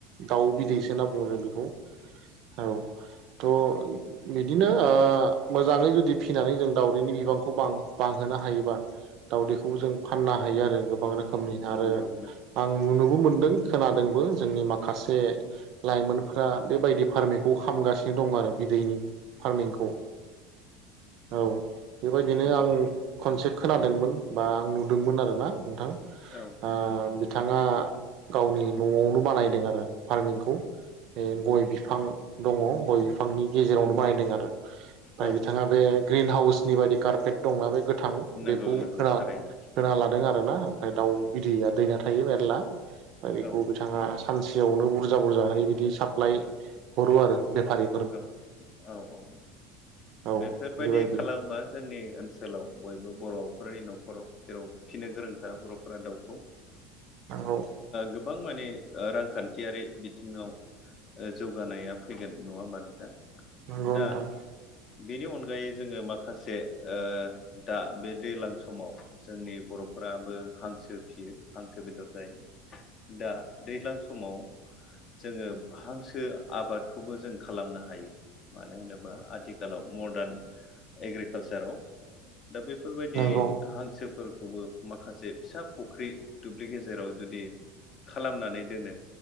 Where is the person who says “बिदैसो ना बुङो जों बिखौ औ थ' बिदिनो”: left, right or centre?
Right